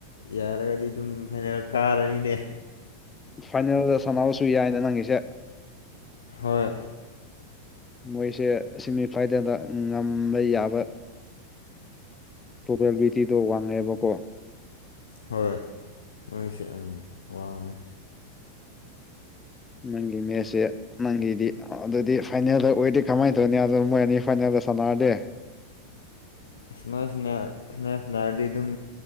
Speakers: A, on the left; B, on the left.
A: ꯌꯥꯔꯒꯗꯤ ꯑꯗꯨꯝ ꯐꯥꯏꯅꯦꯜ ꯀꯥꯔꯅꯤꯅꯦ
B: ꯐꯥꯏꯅꯦꯜꯗ ꯁꯥꯟꯅꯕꯁꯨ ꯌꯥꯏꯅ ꯅꯪꯒꯤꯁꯦ
A: ꯍꯣꯏ
B: ꯃꯣꯏꯁꯦ ꯁꯤꯃꯤꯐꯥꯏꯗ꯭ꯔꯦꯟꯗ ꯉꯝꯕ ꯌꯥꯕ ꯄ꯭ꯔꯣꯕꯦꯕꯤꯂꯤꯇꯤꯗꯣ ꯋꯥꯡꯉꯦꯕꯀꯣ
A: ꯍꯣꯏ ꯃꯣꯏꯁꯦ ꯎꯝ ꯋꯥꯡꯉꯦ
B: ꯅꯪꯒꯤ ꯃꯦꯠꯁꯦ ꯅꯪꯒꯤꯗꯤ ꯑꯗꯨꯗꯤ ꯐꯥꯏꯅꯦꯜꯗ ꯑꯣꯏꯗꯤ ꯀꯃꯥꯏ ꯇꯧꯅꯤ ꯑꯗꯨ ꯃꯣꯏ ꯑꯅꯤ ꯐꯥꯏꯅꯦꯜꯗ ꯁꯥꯟꯅꯔꯗꯤ
A: ꯁꯤꯃꯥꯜ ꯁꯤꯅ ꯁꯅꯥ ꯁꯅꯥꯔꯗꯤ ꯑꯗꯨꯝ